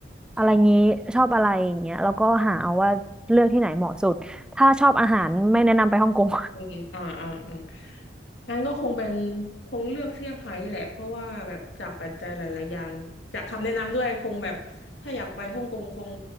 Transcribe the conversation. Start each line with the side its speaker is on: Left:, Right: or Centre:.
Centre: อะไรงี้ชอบอะไรอย่างเงี้ยแล้วก็หาเอาว่าเลือกที่ไหนเหมาะสุดถ้าชอบอาหารไม่แนะนำไปฮ่องกง
Left: อืมอ่าอ่าอ่างั้นก็คงเป็นคงเลือกเซี่ยงไฮ้แหละ เพราะว่าแบบจากปัจจัยหลายๆอย่างจากคำแนะนำด้วยคงแบบถ้าอยากไปฮ่องกงคง